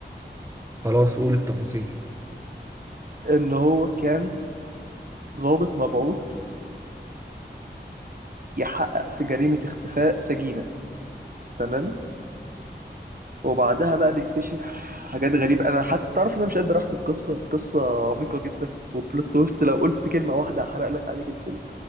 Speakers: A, on the right (about 15°); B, on the right (about 50°).
A: خلاص قول التفاصيل
B: ان هو كان ضابط مبعوث يحقق في جريمة اختفاء سجينة تمام وبعدها بقى بيكتشف حاجات غريبة أنا حتى تعرف إن أنا مش قادر أحكي القصة القصة عميقة جدا وبلوت تويست لو قلت كلمة واحدة هحرق لك عليك الفيلم